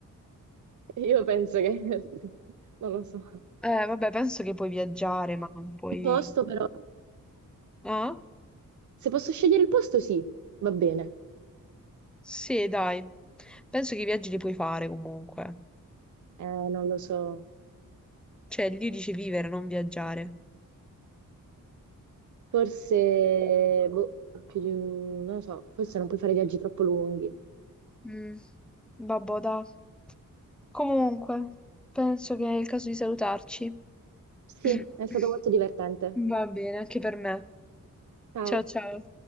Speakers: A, on the right; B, in the centre.
A: io penso che... <laughs> non lo so.
B: Eh, vabbè, penso che puoi viaggiare, ma non puoi...
A: Il posto però,
B: Ah?
A: se posso scegliere il posto sì, va bene.
B: Sì, dai. Penso che i viaggi li puoi fare comunque.
A: Eh, non lo so.
B: Cioè, lì dice vivere, non viaggiare.
A: Forse, boh, più di un- non lo so, forse non puoi fare viaggi troppo lunghi.
B: Mm, vabbò, dai. Comunque, penso che è il caso di salutarci.
A: Sì,
B: <clears throat>
A: è stato molto divertente.
B: Va bene, anche per me.
A: Ciao.
B: Ciao ciao.